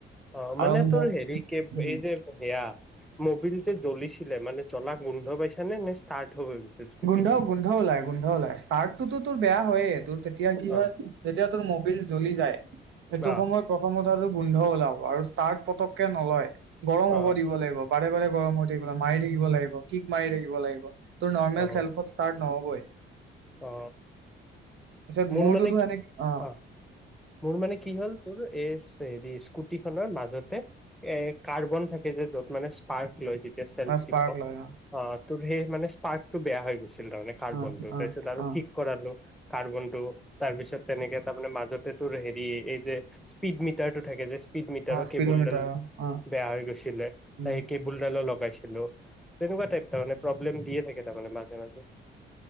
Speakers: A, in the centre; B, on the right.
A: অ মানে
B: আৰু
A: তোৰ
B: মোক
A: হেৰি কে
B: উম।
A: এই যে সেয়া মবিল যে জ্বলিছিলে মানে জ্বলাক গোন্ধ পাইছা নে ষ্টাৰ্ট হৈ হৈ গৈছিল স্কুটিখন
B: গোন্ধও গোন্ধ ওলাই গোন্ধ ওলাই ষ্টাৰ্টটোতো তোৰ বেয়া হয়য়ে। তেতিয়া কি
A: অ
B: হয় যেতিয়া তোৰ মবিল জ্বলি যায় সেইটো
A: অ
B: সময়ত প্ৰথম কথাটোৰ গোন্ধ ওলাব আৰু ষ্টাৰ্ট পতককে নলয় গৰম
A: অ
B: হ'ব দিব লাগিব বাৰে বাৰে। গৰম হৈ থাকিবলৈ মাৰি থাকিব লাগিব কিক মাৰি থাকিব লাগিব। ত নৰ্মেল।
A: অ
B: শ্বেলফত ষ্টাৰ্ট নহবই
A: অ
B: পিছত
A: মোৰ
B: মোৰটো
A: মানে কি
B: এনেকে
A: অ মোৰ মানে কি হ'ল তোৰ এই হেৰি স্কুটি খনৰ মাজতে এ কাৰ্বন থাকে যে য'ত মানে স্পাৰ্ক লৈ যি সেলফ
B: অ স্পাৰ্ক
A: টিপক
B: লয়
A: অ ত সেই মানে পাৰ্কটো বেয়া হৈ গৈছে। তাৰে কাৰ্বন
B: অ
A: টো তাৰপিছত
B: অ
A: আৰু
B: অ
A: ঠিক কৰালো কাৰ্বন টো তাৰপিছত তেনেকে তাৰমানে মাজত হেৰি এই যে স্পীড মিটাৰ টো থাকে যে। স্পীড মিটাৰৰ
B: অ স্পীডমিটাৰ
A: কেবুলডাল
B: অ
A: বেয়া হৈ গৈছিলে সেই
B: অ
A: কেবুলডালো লগাই। তেনেকুৱা টাইপ মানে প্ৰব্লেম দিয়ে থাকে তাৰমানে মাজে মাজে।